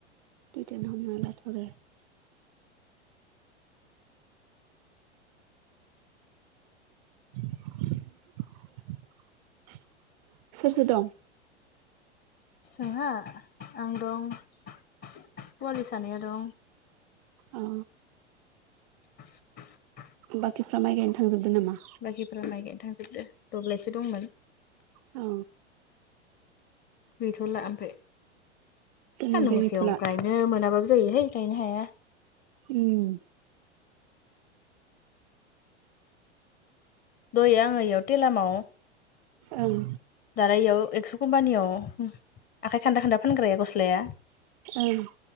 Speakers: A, on the right; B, on the left.
A: दुइटायानो हमना लाथ' आरो <unintelligible> सोर सोर दं
B: जोंहा आं दं पवालि सानैया दं
A: औ
B: <unintelligible>
A: बाखिफ्रा माइ गायनो थांजोबदो नामा
B: बाखिफोरा माइ गायनो थांजोबदो दब्लायसो दंमोन
A: औ
B: गैथ'ला ओमफ्राय
A: दिनैनिफ्राय
B: सान्दुं गोसायाव
A: गैथ'ला
B: गायनो मोनाबाबो जायोहाय गायनो हाया
A: उम
B: दहाय आङो इयाव थेलामाव
A: ओं
B: दालाय इयाव एक्स' कम्पानियाव आखाइ खान्दा खान्दा फानग्राया गस्लाया
A: ओं